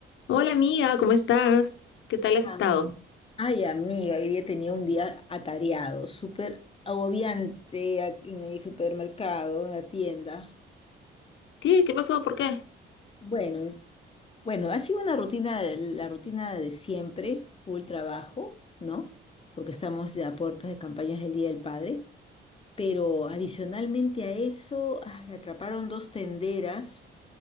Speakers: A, on the left; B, on the left.
A: Hola amiga, ¿cómo estás? ¿Qué tal has
B: Ah.
A: estado?
B: Ay, amiga, hoy día tenía un día atareado, súper agobiante a- en el supermercado, en la tienda.
A: ¿Qué? ¿Qué pasó? ¿Por qué?
B: Bueno, es- bueno, ha sido una rutina, de- la rutina de siempre, full trabajo, ¿no? Porque estamos ya a puertas de campañas del Día del Padre, pero adicionalmente a eso, ah, atraparon dos tenderas